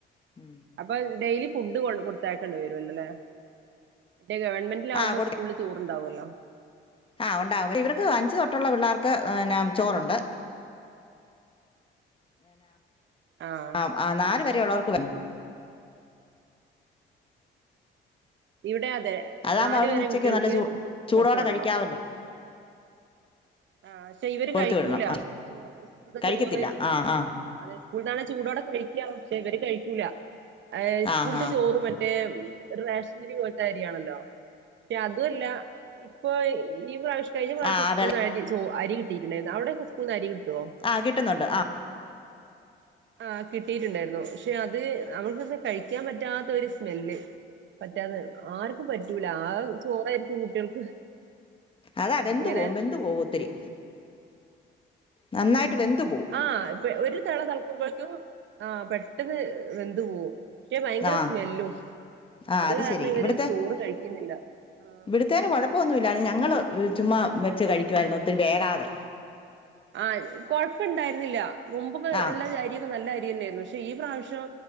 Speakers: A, on the left; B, on the right.
A: ഉം
B: അപ്പൊ ഡെയിലി ഫുഡ് കൊടുത്താക്കേണ്ടി വരുല്ലോല്ലേ പക്ഷേ ഗവൺമെന്റ് ആകുമ്പോ
A: ആഹ്
B: സ്കൂളിൽ ചോറ്ണ്ടാവല്ലോ
A: ആ ഉണ്ടാവും ഇവർക്ക് അഞ്ച് തൊട്ടുള്ള പിള്ളേർക്ക് ചോറുണ്ട്
B: ആഹ്
A: ആ ആ നാല് വരെയുള്ളവർക്ക് വ-
B: ഇവിടെ അതെ
A: അതാകുമ്പോ
B: നാല്
A: അവിടുന്ന്
B: വരെ
A: ഉച്ചക്ക്
B: കുട്ടികൾക്ക്
A: നല്ല ചൂ ചൂടോടെ
B: കൊടുത്തു വിടണം
A: കഴിക്കാവല്ലോ
B: ആഹ്പക്ഷെ ഇവര്
A: കൊടുത്തു
B: കഴിക്കൂല
A: വിടണം
B: ചോ സ്കൂൾത്തെ
A: കഴിക്കത്തില്ല
B: ചോറ്
A: ആഹ്
B: ആ
A: ആഹ്
B: അതെ സ്കൂളിൽന്നാണ് ചൂടോടെ കഴിക്കാം പക്ഷേ ഇവര് കഴിക്കൂല അത് സ്കൂൾത്തെ
A: ആഹ് ആഹ്
B: ചോറും മറ്റേ റേഷനരി പോയിട്ട അരിയാണല്ലോ <unintelligible> അതുല്ല ഇപ്പൊ ഈ പ്രാവശ്യം കഴിഞ്ഞ പ്രാവശ്യം
A: ആഹ്
B: സ്കൂന്ന്
A: വെള
B: അരി ചോ അരി കിട്ടിട്ടുണ്ടായിരുന്നു അവ്ടെ സ്കൂൾന്ന് അരി കിട്ടോ
A: ആ കിട്ടുന്നുണ്ട് ആ
B: ആ കിട്ടിയിട്ടുണ്ടായിരുന്നു പക്ഷെ അത് നമ്മുക്ക്ന്നും കഴിക്കാൻ പറ്റാത്ത ഒരു സ്മെല്ല് പറ്റാതെ ആർക്കും പറ്റൂല ആ ചോറായിരിക്കും കുട്ടികൾക്ക്
A: അതാ വെന്ത്
B: എങ്ങനെ
A: പോവും വെന്ത് പോവും ഒത്തിരി നന്നായിട്ട് വെന്ത് പോവും
B: ആ ഇപ്പ ഒരു തള തൾക്കുമ്പോഴക്കും ആ പെട്ടെന്ന് വെന്ത് പോവും പക്ഷെ ഭയങ്കര
A: ആ
B: സ്മെല്ലും
A: ആ
B: അത് കാരണം
A: ശരി
B: ഇവര്
A: ഇവിടുത്തെ
B: ചോറ് കഴിക്കുന്നില്ല ആഹ്
A: ഇവിടുത്തേന് കുഴപ്പൊന്നുല്ലായിരുന്നു ഞങ്ങൾ ചുമ്മാ വെച്ച് കഴിക്കുവായിരുന്നു ഒത്തിരി വേഗാതെ
B: ആ കൊഴപ്പ ഇണ്ടായിരുന്നില്ല മുമ്പൊക്കെ
A: ആ
B: ഉള്ള ഇത് നല്ല അരി തന്നെയായിരുന്നു പക്ഷെ ഈ പ്രാവശ്യം